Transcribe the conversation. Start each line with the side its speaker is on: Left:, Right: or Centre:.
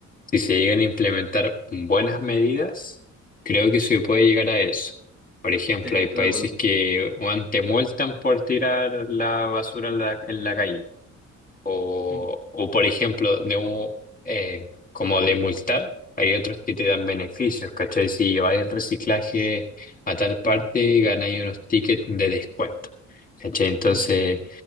Left: si se llegan a implementar buenas medidas, creo que se puede llegar a eso. Por ejemplo,
Centre: Sí, estoy
Left: hay países
Centre: de acuerdo.
Left: que weón, te multan por tirar la basura en la, en la calle. O,
Centre: Mm,
Left: o, por ejemplo, de un, eh, como de multar, hay otros que te dan beneficios, ¿cachai? Si lleváis el reciclaje a tal parte, ganáis unos tickets de descuento, ¿cachai? Entonces,
Centre: mm.